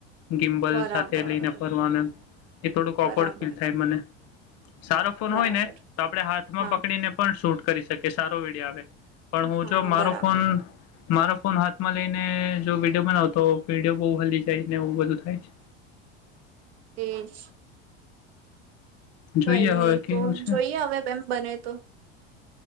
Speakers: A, on the left; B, on the right.
A: ગિમ્બલ
B: બરાબર
A: સાથે લઈને ફરવાનું એમ એ થોડુંક
B: બરાબર
A: ઓકડ ફીલ થાય મને. સારો ફોન
B: બરાબર
A: હોય ને તો આપડે હાથમાં
B: હા
A: પકડીને પણ શૂટ કરી શકીએ સારો વિડીયો આવે. પણ હું
B: હા
A: જો મારો
B: બરાબર
A: ફોન મારો ફોન હાથમાં લઈને જો વિડીયો બનાવુ તો વિડીયો બહું હલી જાય ને એવું બધું થાય છે.
B: તે જ કઈ
A: જોઈએ
B: નહી
A: હવે
B: તો
A: કેવું છે.
B: જોઈએ હવે બેમ્પ બને તો.